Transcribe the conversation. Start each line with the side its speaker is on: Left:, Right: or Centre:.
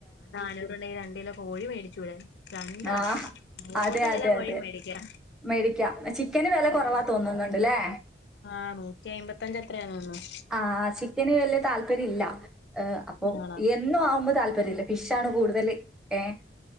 Left: നാനൂറുണ്ടെങ്കിൽ രണ്ടു കിലോ കോഴി മേടിച്ചൂടെ. രണ്ടാ
Centre: ആ
Left: മൂന്ന്
Centre: അതെ
Left: കിലോ
Centre: അതെ
Left: കോഴി
Centre: അതെ
Left: മേടിക്കാം
Centre: മേടിക്കാം ചിക്കന് വില
Left: ഉം
Centre: കുറവാ തോന്നുന്നുണ്ടല്ലേ.
Left: ആഹ് നൂറ്റി അയിമ്പത്തഞ്ച് അത്രയാന്ന് തോന്നുന്നു.
Centre: ആഹ് ചിക്കന് വലിയ താല്പര്യം ഇല്ല ഏഹ് അപ്പൊ.
Left: ആണോ
Centre: എന്നും ആവുമ്പോ താല്പര്യം ഇല്ല ഫിഷ് ആണ് കൂടുതല് ഏഹ്